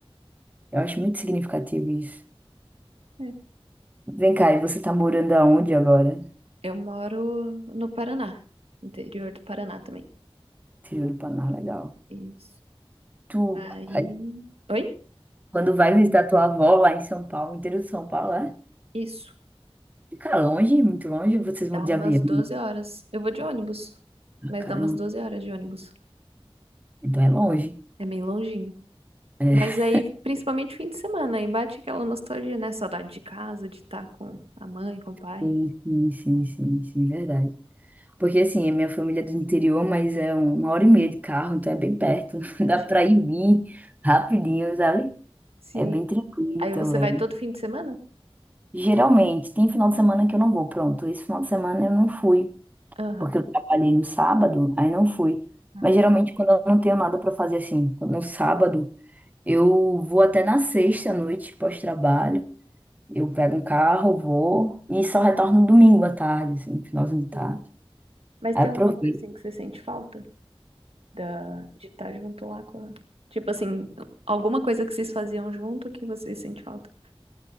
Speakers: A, on the right; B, on the right.
A: Eu acho muito significativo isso.
B: É.
A: Vem cá, e você tá morando aonde agora?
B: Eu moro no Paraná, interior do Paraná também.
A: Interior do Paraná, legal.
B: Isso.
A: Tu,
B: Aí.
A: aí,
B: Oi?
A: quando vai visitar tua avó lá em São Paulo, interior de São Paulo, é?
B: Isso.
A: Fica longe, muito longe, ou vocês
B: Dá
A: vão de
B: umas
A: avião?
B: doze horas. Eu vou de ônibus,
A: Ah,
B: mas
A: caramba,
B: dá umas 12 horas de ônibus.
A: então é longe.
B: É meio longinho.
A: É,
B: Mas aí, principalmente fim de semana, aí bate aquela nostalgia, né? Saudade de casa, de estar com a mãe, com o pai.
A: Sim, sim, sim, sim, sim, verdade. Porque assim, a minha família é do interior, mas é uma hora e meia de carro, então é bem perto.
B: Ah,
A: <laughs>
B: pertinho.
A: Dá pra ir e vir rapidinho, sabe?
B: Sim.
A: É bem tranquilo
B: Aí
A: também.
B: você vai todo fim de semana?
A: Geralmente, tem final de semana que eu não vou, pronto. Esse final de semana eu não fui,
B: Aham.
A: porque eu trabalhei no sábado, aí não fui.
B: Ah,
A: Mas geralmente quando eu não tenho nada pra fazer assim, no sábado, eu vou até na sexta à noite pós-trabalho. Eu pego um carro, vou e só retorno no domingo à tarde, assim, finalzinho de tarde.
B: sim. Mas
A: Aí
B: tem
A: aproveito.
B: alguma coisa assim que você sente falta da... de estar junto lá com a... Tipo assim, alguma coisa que vocês faziam junto que você sente falta?